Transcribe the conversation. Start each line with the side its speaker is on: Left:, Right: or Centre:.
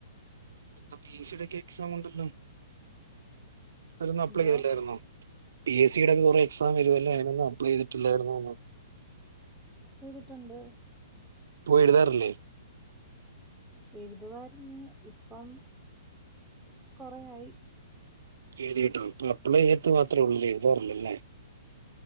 Right: എന്താ പി എസ് സി യുടെ ഒക്കെ എക്സാം ഉണ്ടല്ലോ അയിലൊന്നും അപ്ലൈ
Centre: എന്തോ
Right: ചെയ്തില്ലായിന്നോ പി എസ് സിയുടെ ഒക്ക കുറെ എക്സാം വരുവല്ലേ ഒന്നും അപ്ലൈ ചെയ്തിട്ടില്ലായിരുന്നു ന്ന്
Centre: ചെയ്തിട്ടുണ്ട്
Right: പോയി എഴുതാറില്ലേ
Centre: എഴുതുവായിരുന്നു ഇപ്പം കൊറയായി
Right: എഴുതി കേട്ടോ ഇപ്പം അപ്ലൈ എഴുത്ത് മാത്രം ഒള്ളൂ ലേ എഴുതാറില്ലല്ലേ